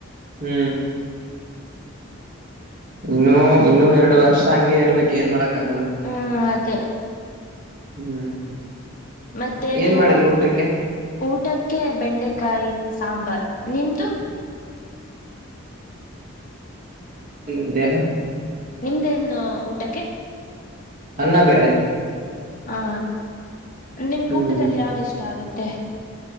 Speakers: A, on the right; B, on the left.
A: ಹ್ಮ್ ಇನ್ನುೂ ಇನ್ನುೂ ಎರಡು ವರ್ಷ ಹಂಗಗೆ ಇರ್ಬೇಕ ಏನ್ ಮಾಡಕ್ ಆಗಲ್ಲ
B: ಹ್ಮ್ ಅದೇ
A: ಹ್ಮ್
B: ಮತ್ತೆ
A: ಏನ್
B: ನೀವು
A: ಮಾಡಿದ್ರು ಊಟಕ್ಕೆ
B: ಊಟಕ್ಕೆ ಬೆಂಡೆಕಾಯಿ ಸಾಂಬಾರ್ ನಿಂದುು
A: <unintelligible>
B: ನಿಮ್ದೇನ್ ಊಟಕ್ಕೆ
A: ಅನ್ನಬೇಳೆ
B: ಹಾ ನಿಮ್ಗೆ
A: ಹ್ಮ್
B: ಊಟದಲ್ಲಿ ಯಾವ್ದ ಇಷ್ಟ ಆಗತ್ತೆ